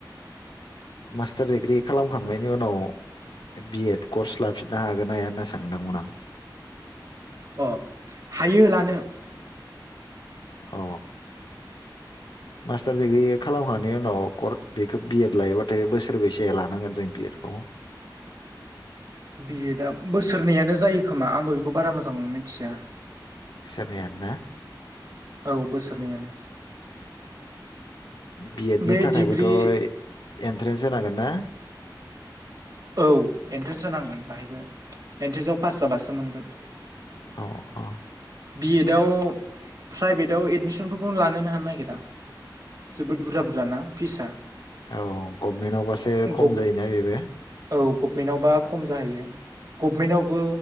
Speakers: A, on the left; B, on the right.
A: मास्टार दिडिग्रि खालामखांनायनि उनाव बि एद कर्स लाफिननो हागोन हाया होनना सोंदोंमोन आं?
B: अ हायो लानो।
A: अ मास्टार दिग्रि खालामखांनायनि उनाव कर बेखौ बिएद लायोबाथाय बोसोरबैसो लानांगोन जों बि एद खौ?
B: बि एडआ बोसोरनैयानो जायो खोमा आंबो बेखौ बारा मोजां मिथिया।
A: बोसोरनैयानोना?
B: औ बोसोरनैयानो।
A: बि एड
B: बे
A: नि
B: डिग्रि
A: थाखायबोथ' एन्ट्रेन्स होनांगोन? ना?
B: औ। एन्ट्रेन्स नांगोन बाहायबो एन्ट्रेन्सआव पास जाबासो मोनगोन।
A: अ अ।
B: बि एदआव प्राइभेटाव एडमिसनफोरखौनो लानोनो हानो नागिरा जोबोद बुरजा बुरजा ना। फिसआ
A: औ गभमेन्टआवबासो एसे
B: गभ
A: खम जायोना बेबो।
B: औ गभमेन्टआवबा खम जाहैयो। गभमेन्टआवबो